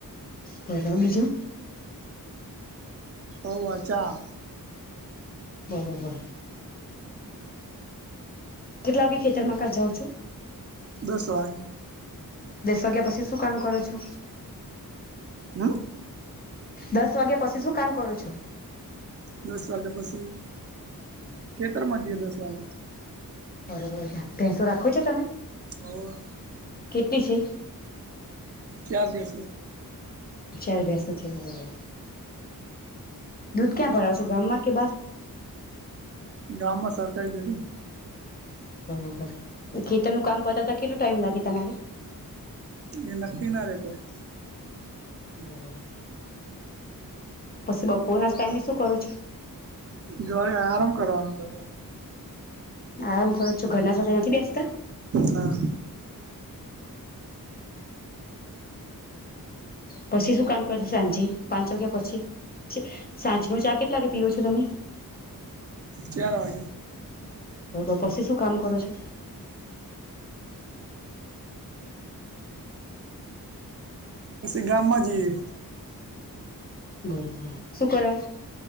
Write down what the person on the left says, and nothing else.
પ્રોક બીજુ
બરોબર કેટલા વાગે ખેતરમાં કાં જાઉં છું
દસ વગ્યા પછી શું કામ કરો છો
દસ વાગ્યા પછી શું કામ કરો છો
બરોબર ભંસો રાખો છો તમે
કે તી છી.
ચાર બેસો છે બરોબર દૂધ ક્યાં ભરાશો ગામમાં કે બાર.
બરોબર એ ખેતર નું કામ પતાતા કેટલુ ટાઈમ લાગે તમારે.
બરોબર પછી બપોરના ટાઈમે શું કરો છો.
આરામ કરો છું ઘરના સાથે નથી બેસતા.
પછી શું કામ કરશો સાંજે પાંચ વાગ્યા પછી સાંજ ન ચા કેટલા વાગે પીવો છો તમે.
બરોબર પછી શું કામ કરો છો.
બરોબર શું કરવા.